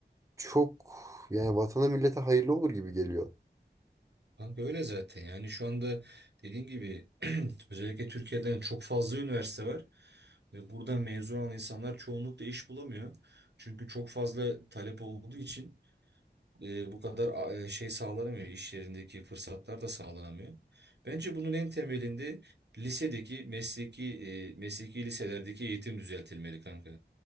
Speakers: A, on the right; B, on the right.
A: çok yani vatana millete hayırlı olur gibi geliyor.
B: Kanka öyle zaten yani şu anda dediğim gibi <clears throat> özellikle Türkiye'den çok fazla üniversite var ve buradan mezun olan insanlar çoğunlukla iş bulamıyor. Çünkü çok fazla talep olduğu için e, bu kadar e, şey sağlanamıyor iş yerindeki fırsatlar da sağlanamıyor. Bence bunun en temelinde lisedeki mesleki e, mesleki liselerdeki eğitim düzeltilmeli kanka.